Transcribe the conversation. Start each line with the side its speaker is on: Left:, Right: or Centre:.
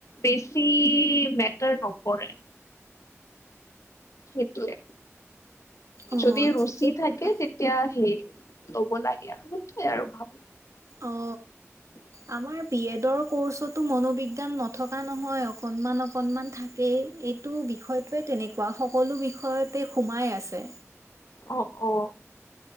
Left: বেছি মেটাৰ নপৰেৰে। সেটোয়ে
Right: অ
Left: যদি ৰুচি
Right: ঠিকেই
Left: থাকে
Right: ক'লা
Left: তে এতিয়া সে ল'ব লাগে সেতুয়ে আৰু ভাবো। <inaudible>
Right: অ আমাৰ বিএডৰ কৰ্চতো মনোবিজ্ঞান নথকা নহয় অকনমান অকনমান থা কেই এইটো বিষয়টোৱে তেনেকুৱা সকলো বিষয়তে সোমাই আছে।
Left: অ', অ'।